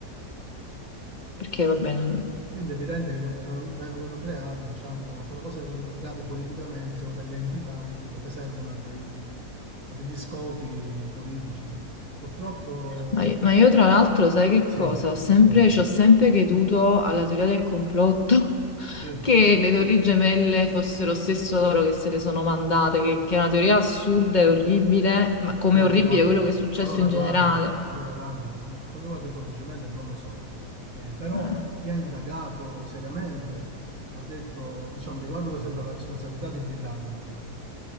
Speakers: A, on the left; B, on the right.
A: perché vabbè, non...
B: Quindi è evidente che ven- vengono creati, diciamo, sono cose che vengono create politicamente, sono delle entità, capito, che servono a, dei- a degli scopi politici. Purtroppo,
A: Ma io, ma io tra l'altro, sai che
B: sì,
A: cosa? Ho sempre,
B: sì,
A: ci ho sempre creduto alla teoria del complotto, <laughs>
B: sì.
A: che le Torri Gemelle fossero stesso loro che se le sono mandate, che, che è una teoria assurda e orribile, ma come
B: Allora
A: orribile
B: guarda,
A: quello che è successo
B: allora
A: in
B: guarda,
A: generale.
B: allora guarda, eh, per quanto riguarda le Torri Gemelle non lo so, Eh, però
A: Eh,
B: chi ha indagato seriamente ha detto, diciamo, riguardo per esempio alla responsabilità di Bin Laden,